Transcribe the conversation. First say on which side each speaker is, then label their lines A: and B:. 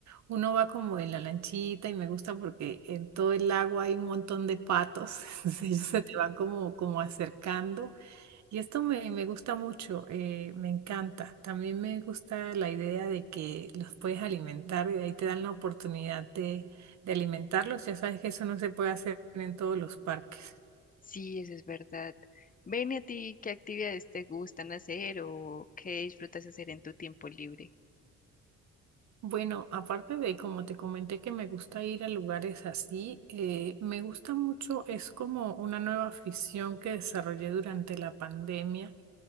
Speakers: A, on the right (about 65°); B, on the left (about 25°).
A: uno va como en la lanchita y me gusta porque en todo el lago hay un montón de patos. <laughs> Entonces ellos se te van como, como acercando. Y esto me, me gusta mucho, eh, me encanta. También me gusta la idea de que los puedes alimentar y de ahí te dan la oportunidad de, de alimentarlos. Ya sabes que eso no se puede hacer en todos los parques.
B: Sí, eso es verdad. Ven, ¿y a ti qué actividades te gustan hacer o qué disfrutas hacer en tu tiempo libre?
A: Bueno, aparte de como te comenté que me gusta ir a lugares así, eh, me gusta mucho, es como una nueva afición que desarrollé durante la pandemia